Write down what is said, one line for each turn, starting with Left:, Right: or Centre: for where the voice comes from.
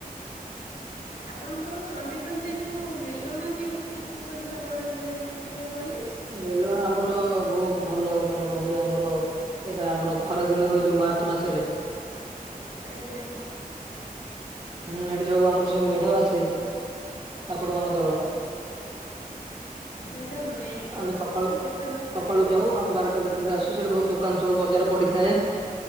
Left: ଆପଣଙ୍କର ଚଣ୍ଡିଖଲରେ ଯୋଉ ମେଲନନ୍ତି କିପରି ଭାବରେ ହୁଏ ମତେ ଟିକେ କହିଲେ
Right: ମେଲଣ ଆମର ବହୁତ ଭଲ ମେଲଣ ହୁଏ ଆମର ଏଇଟା ଆମର ଖରା ଦିନ ହୁଏ ଯୋଉ ମା ମାର୍ଚ୍ଚ ମାସରେ
Left: ଆଜ୍ଞା।
Right: ହୁଁ ଏଠି ସବୁ ଆମର ସବୁ ମେଢ଼ ଆସେ ଠାକୁର ମାନଙ୍କର
Left: ମେଢ ନୁହେଁ ସେ
Right: ଆମେ
Left: ସବୁକୁ
Right: ସକାଳୁ
Left: ବିଭାନ କୁହାଯାଏ
Right: ସକାଳୁ ଯାଉ ଆମେ ବାରଟା ଗୋଟେ ବେଳେ ଆସୁ ସେଠି ବହୁତ ଦୁଖ ଦୋକାନ ସବୁ ବଜାର ପଡ଼ିଥାଏ।